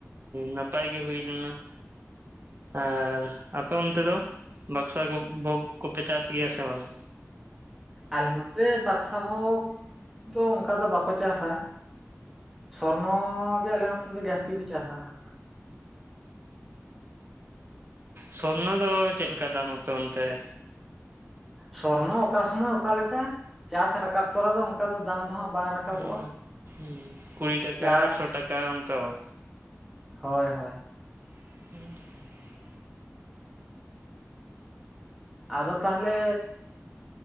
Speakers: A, on the right; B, in the centre.
A: ᱱᱟᱯᱟᱭ ᱜᱮ ᱦᱩᱭ ᱞᱮᱱᱟ ᱟᱨ ᱟᱯᱮ ᱚᱱᱛᱮ ᱫᱚ ᱵᱟᱠᱥᱟ ᱠᱚ ᱵᱷᱳᱜᱽ ᱠᱚᱯᱮ ᱪᱟᱥ ᱜᱮᱭᱟ ᱥᱮ ᱵᱟᱝᱼᱟ?
B: ᱟᱞᱮ ᱱᱚᱛᱮ ᱵᱟᱠᱥᱟ ᱵᱷᱳᱜᱽ ᱫᱚ ᱚᱱᱠᱟ ᱫᱚ ᱵᱟᱠᱚ ᱪᱟᱥᱟ ᱥᱚᱨᱱᱚ ᱜᱮ ᱟᱞᱮ ᱱᱚᱛᱮ ᱫᱚ ᱡᱟᱹᱥᱛᱤ ᱯᱮ ᱪᱟᱥᱟ ᱦᱟᱜ ᱾
A: ᱥᱚᱨᱱᱚ ᱫᱚ ᱪᱮᱫ ᱞᱮᱠᱟ ᱫᱟᱢ ᱟᱯᱮ ᱚᱱᱛᱮ ᱨᱮ
B: ᱥᱚᱨᱱᱚ ᱚᱠᱟ ᱥᱚᱢᱚᱭ ᱚᱠᱟ ᱞᱮᱠᱟ ᱪᱟᱥ ᱨᱟᱠᱟᱵ ᱛᱚᱨᱟ ᱫᱚ ᱚᱱᱠᱟ ᱫᱚ ᱫᱟᱢ ᱵᱟᱝ ᱨᱟᱠᱟᱵᱚᱜᱼᱟ
A: ᱩᱸ ᱩᱸ ᱠᱩᱲᱤ ᱴᱟᱠᱟ
B: ᱪᱟᱥ
A: ᱟᱴᱷᱨᱚ ᱴᱟᱠᱟ ᱚᱱᱠᱟ ᱵᱟ?
B: ᱦᱳᱭ ᱦᱳᱭ
A: <unintelligible>
B: ᱟᱫᱚ ᱛᱟᱦᱞᱮᱻ